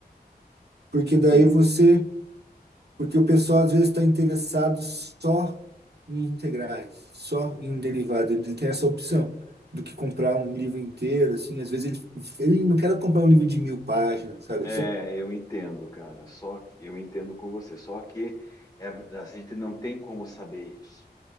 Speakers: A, on the right (about 75°); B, on the left (about 20°).
A: Porque daí
B: Sim,
A: você, porque o pessoal às vezes está interessado só em integrais, só em derivado. Ele tem essa opção do que comprar um livro inteiro, assim. Às vezes ele, ele não quer comprar um livro de mil páginas, sabe?
B: é, eu entendo, cara. Só que eu entendo com você. Só que é, a gente não tem como saber isso,